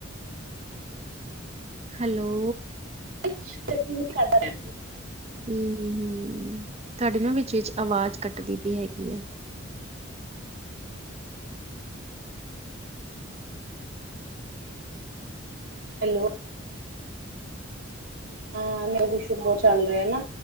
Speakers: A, on the right; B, on the right.
A: ਹੈਲੋ
B: <unintelligible> ਵੀ ਕਰਦਾ ਰਿ
A: ਹੂੰ ਤੁਹਾਡੀ ਨਾ ਵਿੱਚ-ਵਿਚ ਆਵਾਜ਼ ਕੱਟਦੀ ਪਈ ਹੈਗੀ ਹੈ।
B: ਹੈਲੋ ਹਾਂ ਮੈਂ ਵੀ ਸ਼ੂ ਬੋ ਚੱਲ ਰਿਆ ਨਾ।